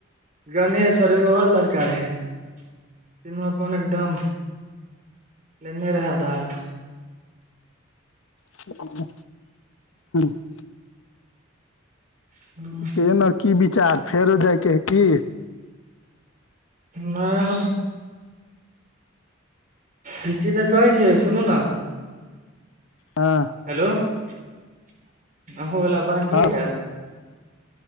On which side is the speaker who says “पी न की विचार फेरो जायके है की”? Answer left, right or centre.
Left